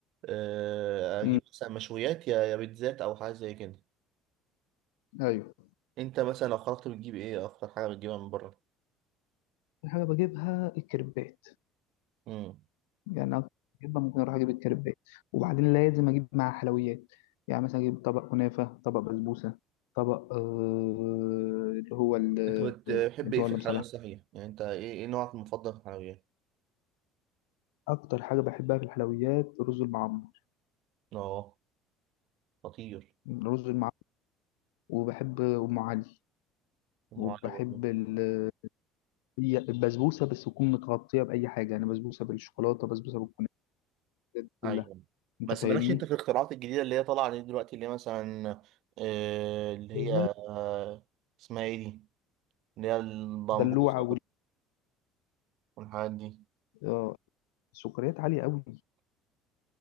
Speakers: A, on the right; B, on the left.
A: آه،
B: مم.
A: اجيب مثلا مشويات يا يا بيتزات او حاجه زي كده
B: ايوه
A: انت مثلا لو خرجت بتجيب ايه اكتر حاجه بتجيبها من بره
B: دي حاجه بجيبها الكريبات
A: امم
B: يعني أكتر جدا ممكن أروح أجيب الكريبات وبعدين لازم أجيب معاه حلويات يعني مثلا أجيب طبق كنافة طبق بسبوسة طبق آه اللي هو ال-
A: انت بت- بتحب
B: اللي
A: ايه
B: هو
A: في
B: اللي
A: الحلويات
B: مصلح
A: صحيح يعني انت ايه ايه نوعك المفضل في الحلويات
B: أكتر حاجة بحبها في الحلويات رز المعمر
A: اه خطير
B: رز المعمر وبحب أم علي
A: ام
B: وبحب
A: علي برضه
B: ال- هي البسبوسة بس تكون متغطية بأي حاجة يعني بسبوسة بالشوكولاتة بسبوسة بالكنافة الحاجات دي كلها
A: ايوه
B: أنت
A: بس
B: فاهمني؟
A: مالكش انت في الاختراعات الجديده اللي هي طالعه دي دلوقتي اللي هي مثلا آه اللي
B: والله
A: هي آه اسمها ايه دي اللي هي البامبوزه
B: دلوعة وال-
A: والحاجات دي
B: آه، السكريات عالية أوي